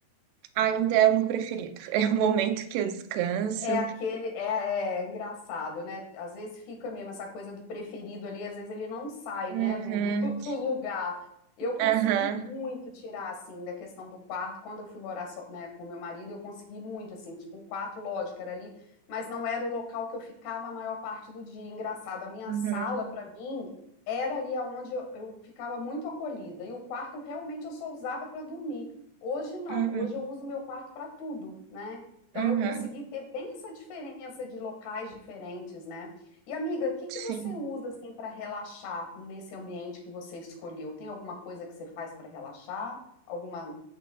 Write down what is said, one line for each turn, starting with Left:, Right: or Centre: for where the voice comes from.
Right: ainda é o meu preferido. <laughs> É o momento que eu descanso.
Left: É aquele, é, é engraçado, né? Às vezes fica mesmo essa coisa do preferido ali, às vezes ele não sai,
Right: Uhum,
Left: né, do, do, <laughs> do lugar. Eu consegui
Right: aham,
Left: muito tirar, assim, da questão do quarto. Quando eu fui morar só, né, com meu marido, eu consegui muito, assim, tipo, o quarto, lógico, era ali, mas não era o local que eu ficava a maior parte do dia. Engraçado, a minha
Right: uhum,
Left: sala, para mim, era ali onde eu, eu ficava muito acolhida. E o quarto, realmente, eu só usava para dormir. Hoje não,
Right: uhum,
Left: hoje eu uso meu quarto para tudo, né? Então,
Right: uhum.
Left: eu consegui ter bem essa diferença de locais diferentes, né? E, amiga, o que que
Right: Sim.
Left: você usa assim para relaxar nesse ambiente que você escolheu? Tem alguma coisa que você faz para relaxar? Alguma,